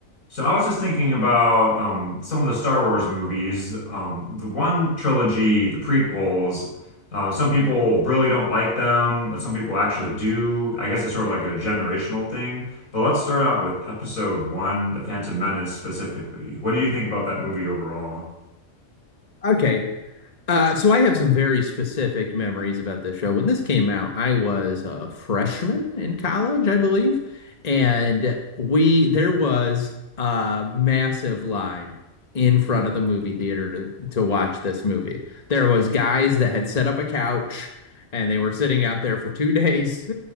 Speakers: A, on the left; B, on the left.
A: So I was just thinking about um, some of the Star Wars movies. Um, the one trilogy, the prequels, uh, some people really don't like them, but some people actually do. I guess it's sort of like a generational thing. But let's start out with episode one, The Phantom Menace specifically. What do you think about that movie overall?
B: Okay. Uh, so I have some very specific memories about this show. When this came out, I was a freshman in college, I believe, and we there was a massive line in front of the movie theater to to watch this movie. There was guys that had set up a couch and they were sitting out there for two days